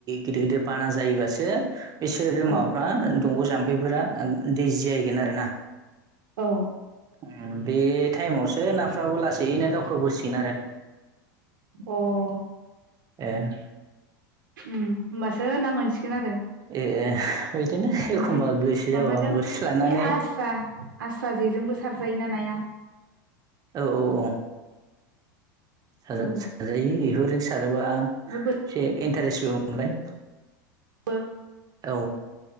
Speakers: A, on the right (about 35°); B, on the right (about 80°).
A: गिदिर गिदिर बाना जायोबासो बिसोरो
B: औ
A: माबाफ्रा मा दंग जाम्फैफोरा दैज जाहैगोन आरोना?
B: औ।
A: उम बे टाइमावसो नाफ्राबो लासैनो दावखोबोसिगोन आरो
B: अह।
A: एह।
B: होम होमबासो ना मोनसिगोन आरो।
A: ए एह बिदिनो
B: ओमफाय
A: एखमबा गोसो
B: माबाजों
A: जाबा बोरसि लानानै
B: बे आस्रा आस्रा जेजोंबो सारजायोना नाया?
A: औ औ औ। साजा
B: ओ
A: साजायो बेखौ एबा एसे
B: ओमफ्राय
A: एनटारेस बो मोनबाय।
B: बो
A: औ